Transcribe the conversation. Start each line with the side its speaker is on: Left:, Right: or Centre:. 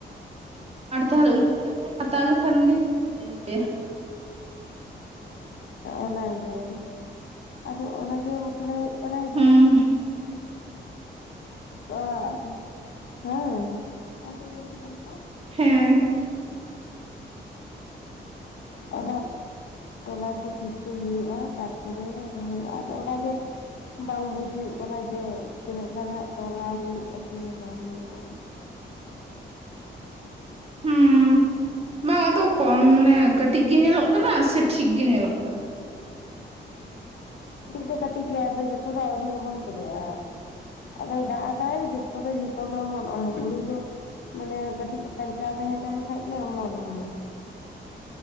Right: ᱟᱨ ᱛᱟᱦᱚᱞᱮ ᱩᱱᱠᱩ ᱴᱷᱮᱱ ᱦᱟᱛᱟᱣ ᱞᱮᱠᱷᱟᱱ ᱜᱮ ᱪᱮᱫ ᱮᱢ ᱞᱟᱹᱭ ᱟ
Left: ᱚᱱᱟᱜᱮ ᱟᱫᱚ ᱚᱱᱟᱜᱮ ᱢᱚᱱᱮ ᱦᱩᱭᱩᱜ ᱠᱟᱱᱟ
Right: ᱦᱩᱸ
Left: ᱡᱮ, <unintelligible>
Right: ᱦᱮᱸ ᱾
Left: ᱚᱱᱟ, ᱛᱚᱞᱟ ᱠᱚ ᱴᱷᱤᱠᱟᱹ ᱦᱩᱭᱩᱜᱼᱟ, ᱛᱟᱨ ᱛᱟᱯᱚᱨᱮ ᱨᱚᱦᱚᱭᱜ-ᱟ, ᱟᱫᱚ ᱚᱱᱟᱜᱮ ᱵᱟᱝ ᱵᱩᱡ ᱦᱩᱭᱩᱜ ᱠᱟᱱᱟ ᱡᱮ, ᱛᱤᱱᱟᱹᱜ ᱜᱟᱱ ᱦᱟᱜ ᱛᱚᱞᱟ ᱦᱩᱭᱩᱜᱼᱟ, ᱥᱮ ᱵᱟᱝ ᱦᱩᱭᱩᱜᱼᱟ ᱾
Right: ᱦᱩᱸ ᱵᱟᱝ ᱟᱫᱚ ᱠᱚᱢ ᱢᱟᱱᱮ, ᱠᱟᱹᱴᱤᱡ ᱜᱮ ᱧᱮᱞᱚᱜ ᱠᱟᱱᱟ ᱥᱮ, ᱴᱷᱤᱠ ᱜᱮ ᱧᱮᱞᱚᱜ ᱠᱟᱱᱟ?
Left: ᱠᱟᱹᱴᱤᱡ ᱫᱚ ᱠᱟᱹᱴᱤᱡ ᱜᱮᱭᱟ, ᱟᱫᱚ ᱡᱚᱛᱚ ᱫᱚ, ᱟᱹᱣᱨᱤ ᱚᱢᱚᱱ ᱯᱩᱨᱟᱹᱣᱼᱟ ᱾ ᱟᱫᱚᱭ ᱫᱟᱜ ᱫᱟᱭ, ᱡᱚᱛᱚ ᱫᱚ ᱡᱷᱚᱛᱚ ᱜᱮ ᱚᱢᱚᱱᱚᱜᱼᱟ, ᱦᱩᱲᱩ ᱫᱚ ᱾ ᱢᱟᱱᱮ ᱠᱟᱹᱴᱤᱡ ᱵᱟᱧᱪᱟᱣ, ᱛᱟᱦᱮᱸ ᱞᱮᱱ ᱠᱷᱟᱱᱡᱜᱮ ᱚᱢᱚᱱᱚᱜᱼᱟ ᱾